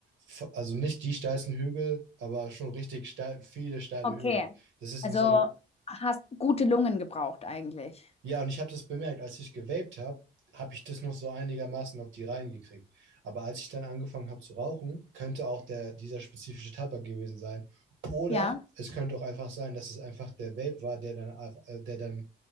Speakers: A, on the right; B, on the left.
A: vor- also nicht die steilsten Hügel, aber schon richtig steil, viele steile
B: Okay.
A: Hügel. Das ist
B: Also
A: in so einem
B: hast gute Lungen gebraucht eigentlich.
A: Ja, und ich habe das bemerkt, als ich gewaped habe, habe ich das noch so einigermaßen auf die Reihen gekriegt. Aber als ich dann angefangen habe zu rauchen, könnte auch der, dieser spezifische Tabak gewesen sein. Oder
B: Ja,
A: es könnte auch einfach sein, dass es einfach der Vape war, der dann, auf- äh, der dann